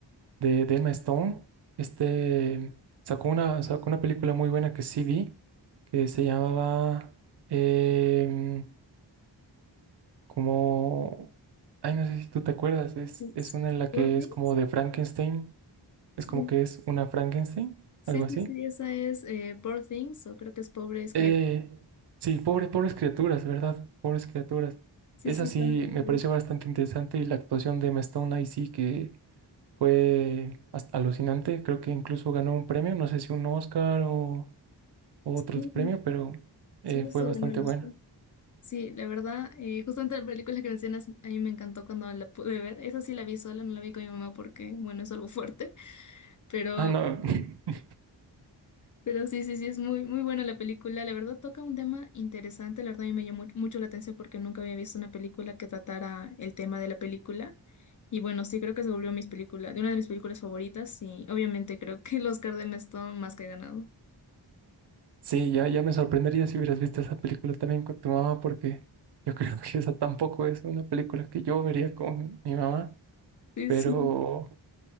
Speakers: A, on the right; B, on the left.
A: de, de Emma Stone, este sacó una, sacó una película muy buena que sí vi, que se llamaba em, como, ay, no sé si tú te acuerdas, es,
B: Es
A: es una en la
B: Poor
A: que
B: Things.
A: es como de Frankenstein, es
B: Sí,
A: como que es una Frankenstein,
B: sí,
A: algo
B: sí,
A: así.
B: sí, esa es eh, Poor Things o creo que es Pobre Escrita.
A: Eh, sí, pobre, pobres criaturas, ¿verdad? Pobres criaturas.
B: Sí,
A: Esa
B: sí,
A: sí
B: también.
A: me pareció bastante interesante y la actuación de Emma Stone ahí sí que fue as- alucinante, creo que incluso ganó un premio, no sé si un Oscar o, o
B: Sí,
A: otro premio, pero
B: sí,
A: eh,
B: justo
A: fue bastante
B: ganó el
A: buena.
B: Oscar. Sí, la verdad, eh, justamente la película que mencionas a mí me encantó cuando la pude ver. Esa sí la vi sola, no la vi con mi mamá porque, bueno, es algo fuerte, pero...
A: Ah, no. <laughs>
B: Pero sí, sí, sí, es muy, muy buena la película. La verdad toca un tema interesante. La verdad a mí me llamó mucho la atención porque nunca había visto una película que tratara el tema de la película. Y bueno, sí, creo que se volvió mis películas, de una de mis películas favoritas. Y obviamente creo que el Oscar de Mestón más que ganado.
A: Sí, ya, ya me sorprendería si hubieras visto esa película también con tu mamá, porque yo <laughs> creo que esa tampoco es una película que yo vería con mi mamá,
B: Sí,
A: pero,
B: sí.